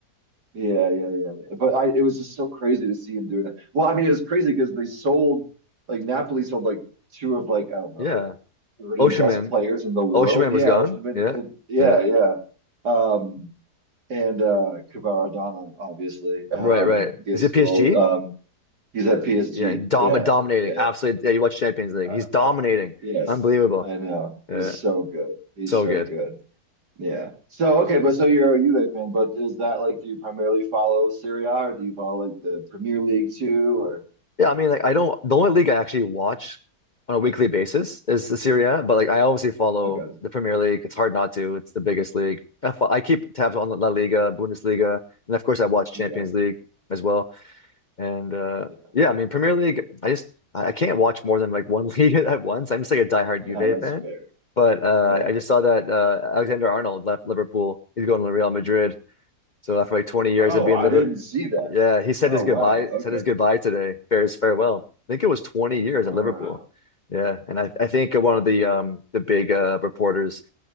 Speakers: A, on the right (about 80°); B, on the left (about 40°).
A: Yeah, yeah, yeah, yeah. But I it was just so crazy to see him doing that. Well, I mean, it was crazy because they sold like Napoli sold like two of like I don't know
B: Yeah,
A: 30
B: Osimhen,
A: best players in the world.
B: Osimhen
A: Yeah,
B: was gone.
A: which would have
B: Yeah.
A: been, and- yeah,
B: Yeah.
A: yeah. Um, and uh, Kevara Adama, obviously, um,
B: Right, right.
A: gets
B: Is it
A: sold.
B: PSG?
A: Um, he's at PSG.
B: Yeah, dom
A: Yeah,
B: dominating.
A: yeah,
B: Absolutely. Yeah, you watch Champions League.
A: uh,
B: He's dominating.
A: yes,
B: Unbelievable.
A: I know. He's
B: Yeah,
A: so good. He's
B: so
A: so
B: good.
A: good. Yeah. So okay, but so you're a Juve fan, but is that like do you primarily follow Serie A or do you follow like the Premier League too? Or
B: Yeah, I mean, like I don't. The only league I actually watch on a weekly basis is the Serie A, but like I obviously follow
A: okay,
B: the Premier League. It's hard not to. It's the biggest league. I, fo- I keep tabs on La Liga, Bundesliga, and of course I watch Champions
A: yeah,
B: League as well. And uh
A: yeah.
B: yeah, I mean Premier League, I just I I can't watch more than like one <laughs> league at once. I'm just like a diehard
A: No,
B: Juve
A: that's
B: fan.
A: fair.
B: But uh
A: Yeah.
B: I just saw that uh Alexander Arnold left Liverpool. He's going to Real Madrid. So after like 20 years
A: Oh,
B: of being
A: I
B: Liverpool,
A: didn't see that.
B: yeah, he said
A: Oh
B: his goodbye,
A: wow. Okay.
B: said his goodbye today. Fair's farewell. I think it was 20 years
A: Wow.
B: at Liverpool. Yeah, and I, I think one
A: Wow.
B: of the um the big uh reporters